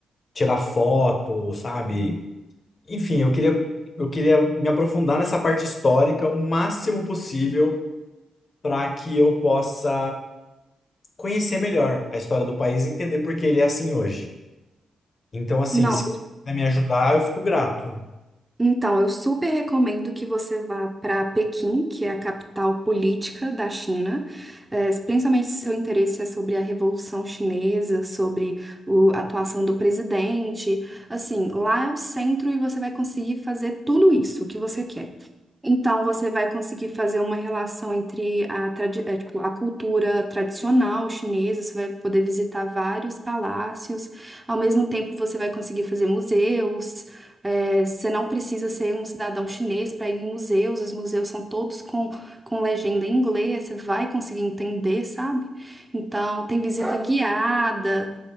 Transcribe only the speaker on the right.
Não.
Então, eu super recomendo que você vá para Pequim, que é a capital política da China, eh, principalmente se seu interesse é sobre a Revolução Chinesa, sobre o- a atuação do presidente. Assim, lá é o centro e você vai conseguir fazer tudo isso que você quer. Então, você vai conseguir fazer uma relação entre a, tradi- é, tipo, a cultura tradicional chinesa, você vai poder visitar vários palácios, ao mesmo tempo você vai conseguir fazer museus, é, você não precisa ser um cidadão chinês para ir em museus, os museus são todos com, com legenda em inglês, você vai conseguir entender, sabe? Então, tem visita guiada.